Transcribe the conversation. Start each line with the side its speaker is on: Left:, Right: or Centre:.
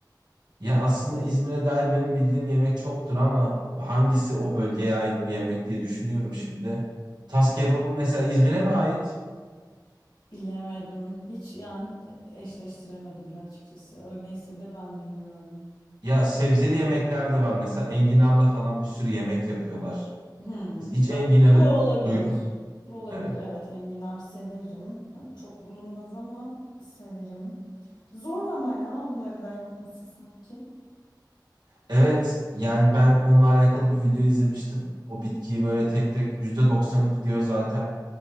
Right: ya aslında İzmir'e dair benim bildiğim yemek çoktur ama hangisi o bölgeye ait bir yemek diye düşünüyorum şimdi. Tas kebabı mesela İzmir'e mi ait?
Left: Bilemedim. Hiç yani eşleştiremedim de açıkçası. Öyleyse de ben bilmiyorum.
Right: Ya sebzeli yemekler de var mesela enginarla falan bir sürü yemek yapıyorlar.
Left: Hmm.
Right: Hiç enginarı
Left: Bak bu olabilir.
Right: duydun?
Left: Bu olabilir.
Right: Evet.
Left: Evet, enginar severim. Hani çok bulunmaz ama severim. Zor ama ya onları da yapması sanki.
Right: Evet yani ben onunla alakalı bir video izlemiştim. O bitkiyi böyle tek tek yüzde doksanı gidiyor zaten.